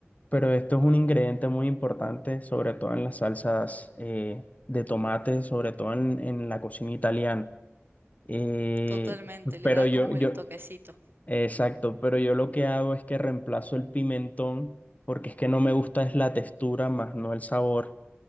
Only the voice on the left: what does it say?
Pero esto es un ingrediente muy importante, sobre todo en las salsas eh, de tomate, sobre todo en, en la cocina italiana. Y,
pero
yo,
yo,
bueno. exacto, pero yo lo que hago es que reemplazo el pimentón porque es que no me gusta es la textura más no el sabor.